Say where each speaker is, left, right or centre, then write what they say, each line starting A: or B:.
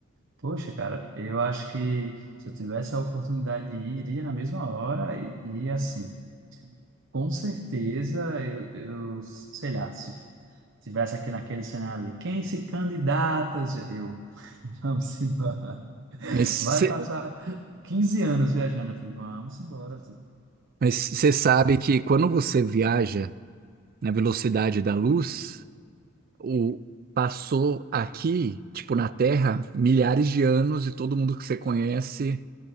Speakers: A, on the right; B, on the right.
A: poxa, cara, eu acho que se eu tivesse a oportunidade de ir, iria na mesma hora e, e assim, com certeza, eu, eu, sei lá, se f- tivesse aqui naquele cenário ali, quem se candidata? Eu, <laughs> vamos embora.
B: Mas você
A: Vai passar 15 anos viajando. Eu falei, vamos embora.
B: mas você sabe que quando você viaja na velocidade da luz, o passou aqui, tipo na Terra, milhares de anos e todo mundo que você conhece